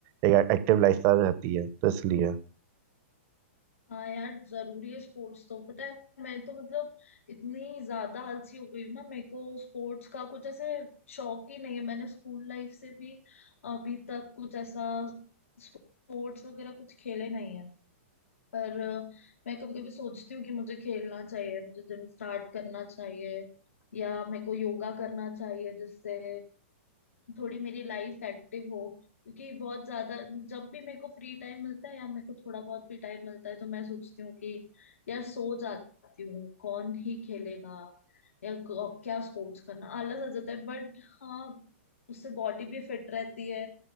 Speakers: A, on the right (about 35°); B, on the left (about 85°).
A: एक एक्टिव लाइफस्टाइल रहती है तो इसलिए
B: हाँ यार जरूरी है स्पोर्ट्स तो पता है मैं तो मतलब इतनी ज्यादा आलसी हो गई हूँ ना मेरे को स्पोर्ट्स का कुछ ऐसे शौक ही नहीं है मैंने स्कूल लाइफ से भी अभी तक कुछ ऐसा स्पोर्ट्स वगैरह कुछ खेले नहीं है पर अ, मैं कभी कभी सोचती हूँ कि मुझे खेलना चाहिए मुझे जिम स्टार्ट करना चाहिए या मेरे को योगा करना चाहिए जिससे थोड़ी मेरी लाइफ एक्टिव हो क्योंकि बहुत ज्यादा जब भी मेरे को फ्री टाइम मिलता है या मेरे को थोड़ा बहुत भी टाइम मिलता है तो मैं सोचती हूँ कि यार सो जाती हूँ कौन ही खेलेगा या क- क्या स्पोर्ट्स करना आलस आ जाता है बट हाँ उससे बॉडी भी फिट रहती है